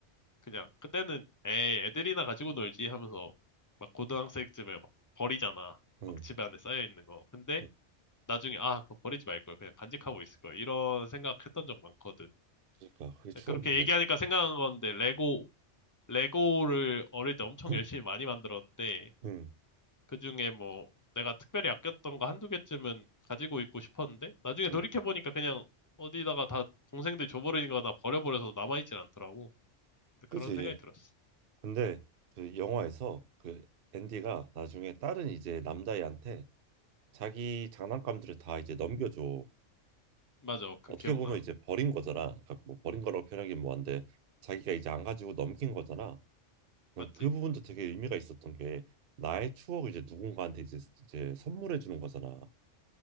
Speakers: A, on the left; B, on the right.
A: 그냥 그때는 에이, 애들이나 가지고 놀지 하면서 막 고등학생쯤에 막 버리잖아.
B: 응,
A: 막 집에 안에 쌓여 있는 거. 근데
B: 응.
A: 나중에 아 그거 버리지 말걸 그냥 간직하고 있을 걸 이런 생각했던 적 많거든.
B: 그러니까 그게 추억인데.
A: 그렇게 얘기하니까 생각난 건데 레고 레고를 어릴 때 엄청
B: <clears throat>
A: 열심히 많이 만들었는데
B: 응,
A: 그중에 뭐 내가 특별히 아꼈던 거 한두 개쯤은 가지고 있고 싶었는데 나중에 돌이켜
B: 응.
A: 보니까 그냥 어디다가 다 동생들 줘버리니까 나 버려버려서 남아있진 않더라고. 근데
B: 그지.
A: 그런 생각이 들었어.
B: 근데 그 영화에서 그 앤디가 나중에 다른 이제 남자애한테 자기 장난감들을 다 이제 넘겨줘.
A: 맞아, 그
B: 어떻게
A: 기억나.
B: 보면 이제 버린 거잖아. 그러니까 뭐 버린 거라고 표현하긴 뭐한데 자기가 이제 안 가지고 넘긴 거잖아. 난그
A: 맞지?
B: 부분도 되게 의미가 있었던 게 나의 추억을 이제 누군가한테 이제 이제 선물해 주는 거잖아.